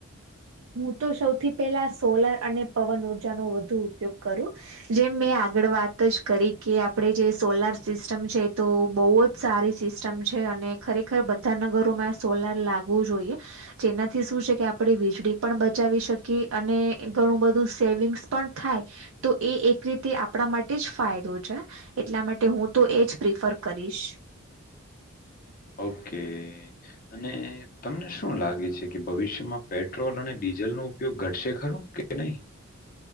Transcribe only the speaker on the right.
હું તો સૌથી પહેલા સોલાર અને પવન ઉઊર્જાનોો વધુ ઉપયોગ કરું. જેમ મેં આગળ વાત જ કરી કે આપણે જે સોલાર સિસ્ટમ છે તો બહુ જ સારી સિસ્ટમ છે અને ખરેખર બધા નગરોમાં સોલાર લાગવું જોઈએ. જેનાથી શું છે કે આપણે વીજળી પણ બચાવી શકી અને ઘણું બધું સેવિંગ્સ પણ થાય. તો એ એક રીતે આપણા માટે જ ફાયદો છે. એટલા માટે હું તો એજ પ્રિફર કરીશ.